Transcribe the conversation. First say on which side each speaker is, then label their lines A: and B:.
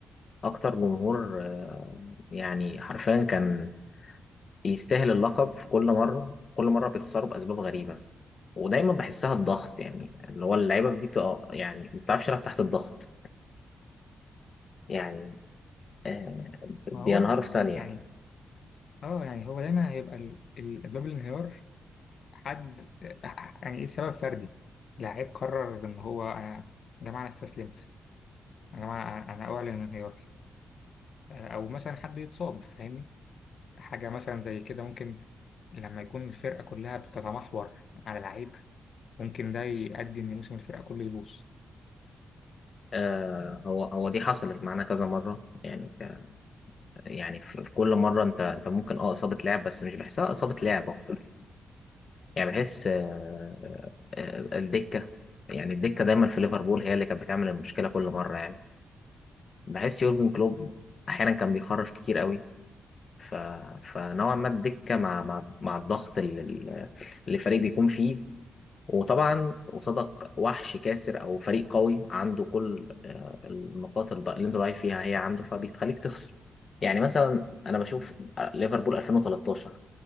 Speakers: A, on the left; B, on the left.
A: اكتر جمهور آه، يعني حرفيا كان يستاهل اللقب في كل مره كل مره بيخسروا باسباب غريبه ودايما بحسها الضغط يعني اللي هو اللعيبه دي بتبقى يعني ما بتعرفش تلعب تحت الضغط يعني آه
B: ما
A: بينهاروا
B: هو
A: في ثانيه
B: يعني اه يعني هو دايما هيبقى ال- الاسباب الانهيار حد يعني ايه سبب فردي لعيب قرر ان هو انا يا جماعه انا استسلمت يا جماعه انا أنا اعلن انهياري او مثلا حد يتصاب فاهمني حاجه مثلا زي كده ممكن لما يكون الفرقه كلها بتتمحور على لعيب ممكن ده يؤدي ان موسم الفرقه كله يبوظ
A: آه هو هو دي حصلت معانا كذا مره يعني ك- يعني في, في كل مره انت انت ممكن اه اصابه لعب بس مش بحسها اصابه لعب اكتر يعني, يعني بحس آه آه آه، الدكه يعني الدكه دايما في ليفربول هي اللي كانت بتعمل المشكله كل مره يعني بحس يورجن كلوب احيانا كان بيخرف كتير قوي ف... فنوعا ما الدكه مع مع مع الضغط اللي اللي الفريق بيكون فيه وطبعا قصادك وحش كاسر او فريق قوي عنده كل آه، النقاط الض- اللي انت ضعيف فيها هي عنده فبيخليك تخسر يعني مثلا انا بشوف آه، ليفربول 2013